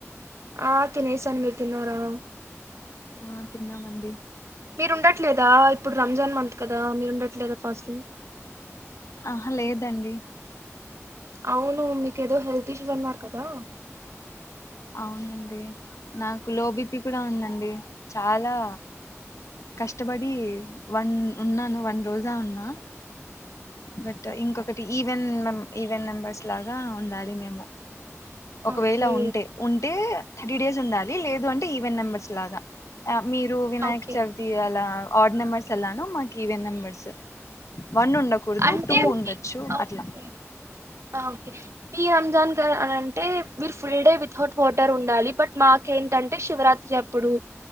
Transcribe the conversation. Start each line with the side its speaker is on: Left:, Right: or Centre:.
Right: ఆ తినేస మీరు తిన్నారాను
Left: ఆ తిన్నామండి
Right: మీరు ఉండట్లేదా ఇప్పుడు రంజాన్ మంత్ కదా మీరు ఉండట్లేదా ఫస్టింగ్
Left: ఆ హ లేదండి
Right: అవును మీకు ఏదో హెల్త్ ఇష్యూ అన్నారు కదా
Left: అవునండి నాకు లోబిపీ కూడా ఉందండి చాలా కష్టపడి వన్ ఉన్నాను వన్ రోజా ఉన్నా బట్ ఇంకొకటి ఈవెంట్ ఈవెంట్ మెంబర్స్ లాగా ఉండాలి మేము ఒకవేళ
Right: ఓకే
Left: ఉంటే ఉంటే థర్టీ డేస్ ఉండాలి లేదు అంటే ఈవెన్ నెంబర్స్ లాగా ఆ మీరు వినాయక్
Right: ఓకే
Left: అలా ఆర్డ్ నెంబర్స్ ఎలానో మాకు ఈవెన్ నెంబర్స్ వన్ ఉండకూడదు
Right: అంటే
Left: టూ ఉండొచ్చు
Right: మీ ఓకే
Left: అట్లా
Right: ఓకే మీ రంజాన్ గ అన్ అంటే will Friday without water ఉండాలి బట్ మాకేంటంటే శివరాత్రి అప్పుడు